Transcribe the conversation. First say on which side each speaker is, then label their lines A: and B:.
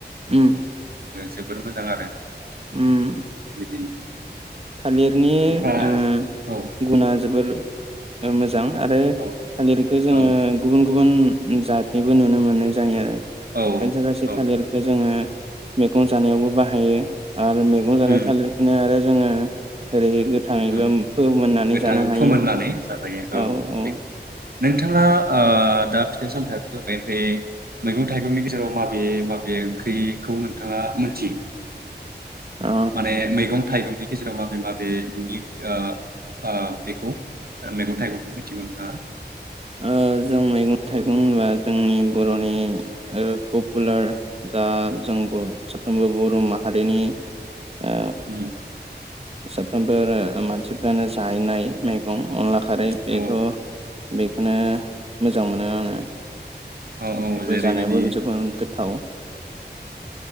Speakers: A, on the right (about 35°); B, on the right (about 60°).
A: उम।
B: जोबोर मोजां आरो।
A: उम।
B: बिदिनो
A: थालिरनि
B: ओमफ्राय
A: ओ
B: औ
A: गुना जोबोर ओ मो जां आरो
B: औ
A: थालिरखौ जोङो
B: औ
A: गुबुन गुबुन जातनिबो नुनो मोननाय जायो आरो।
B: औ
A: खायसे खायसे
B: औ
A: थालिरखौ जोङो मैगं जानायावबो बाहायो। आरो मैगं जानाय
B: उम
A: थालिरखौनो आरो जोङो एरैहै गोथाङैबो
B: उम
A: फोमोननानै
B: गोथां
A: जानो हायो
B: फोमोननानै जाजायो
A: औ औ।
B: बेखौ नोंथाङा ओ दा फिथाइ सामथायाथ' बेनिफ्राय मैगं थाइगंनि गेजेराव माबे माबे ओंख्रिखौ नोंथाङा मोनथियो?
A: अ
B: माने मैगं थाइगंनि गेजेराव माबे माबे <unintelligible> ओ ओ बेखौ मैगं थाइगंखौ मिथिगौ नोंथाङा?
A: ओ जों मैगं थाइगं होनोबा जोंनि बर'नि ओ पपुलार जा जों साफ्रोमबो बर' माहारिनि ओ
B: उम।
A: साफ्रोमबो ओ मानसिफ्रानो जायनाय मैगं अनला खारै
B: औ
A: बेथ' बेखौनो मोजां मोनो आङो।
B: औ औ जेरैबायदि
A: बे जानायावबो जोबो गोथ थाव